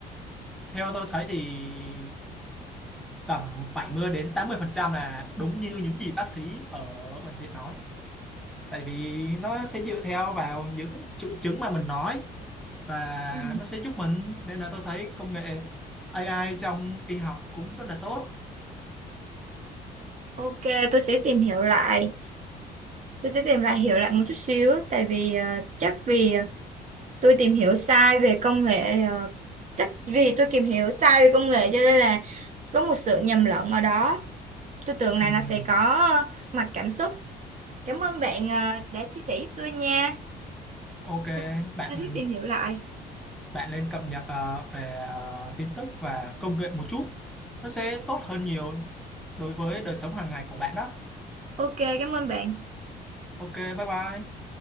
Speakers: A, in the centre; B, on the right.
A: theo tôi thấy thì tầm 70 đến 80 phần trăm là đúng như những gì bác sĩ ở bệnh viện nói tại vì nó sẽ dựa theo vào những triệu chứng mà mình nói và
B: Ừ.
A: nó sẽ giúp mình nên là tôi thấy công nghệ AI trong y học cũng rất là tốt
B: Ok, tôi sẽ tìm hiểu lại. Tôi sẽ tìm lại hiểu lại một chút xíu, tại vì à, chắc vì à, tôi tìm hiểu sai về công nghệ, à, chắc vì tôi tìm hiểu sai về công nghệ cho nên là có một sự nhầm lẫn ở đó. Tôi tưởng là
A: Ừm,
B: nó sẽ có à, mặt cảm xúc. Cảm ơn bạn à, đã chia sẻ giúp tôi nha.
A: ok
B: Tôi,
A: bạn
B: tôi sẽ tìm hiểu lại.
A: bạn nên cập nhật ờ, về ờ, tin tức và công nghệ một chút nó sẽ tốt hơn nhiều đối với đời sống hàng ngày của bạn đó
B: Ok, cảm ơn bạn.
A: ok bye bye